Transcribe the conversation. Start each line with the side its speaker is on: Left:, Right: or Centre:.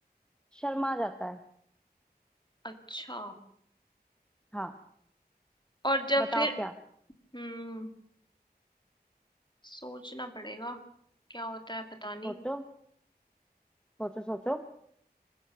Centre: शर्मा जाता है
Left: अच्छा
Centre: हाँ
Left: और जब
Centre: बताओ
Left: फिर
Centre: क्या
Left: हम्म सोचना पड़ेगा क्या होता है पता
Centre: सोचो
Left: नहीं
Centre: सोचो सोचो